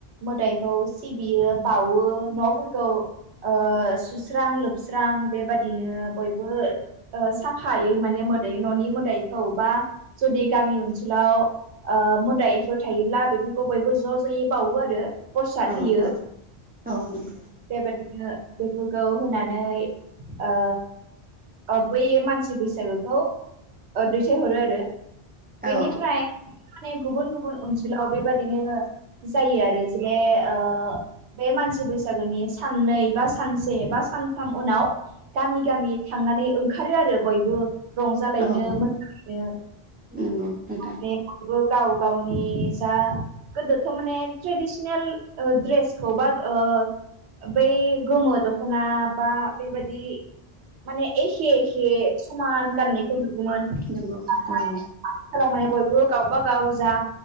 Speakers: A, on the right; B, on the right.
A: मोदाइखौ सिबियो बावो न'फोरखौ ओ सुस्रां लोबस्रां बेबादिनो बयबो ओ साफायै माने मोदै न'नि मोदैखौ बा जुदि गामि ओनसोलाव ओ मोदायफोर थायोब्ला बेफोरखौ बयबो ज' ज'यै बावो आरो। प्रसाद
B: औ
A: होयो
B: औ नंगौ
A: बेबायदि बेफोरखौ होनानै ओ ओ बै मानसि बैसागोखौ ओ दैथायहरो आरो बेनिफ्राय
B: औ
A: माने गुबुन गुबुन ओनसोलाव बेबादिनो जायो आरो जे ओ बे मानसि बैसागोनि साननै बा सानसे बा सानथाम उनाव गामि गामि थांनानै ओंखारो आरो बयबो। रंजालायनो
B: औ
A: <unintelligible>
B: नंगौ नोंथां
A: माने गाव गावनि जा गोदोथ' माने ट्रेडिसिनेल ओ ड्रेसखौ बा ओ बै गोमो दख'ना बा बेबायदि माने एखे एखे समान गाननायखौ नुगौमोन नाथाय
B: नंगौ औ
A: आथिखालाव माने बयबो गावबा गाव जा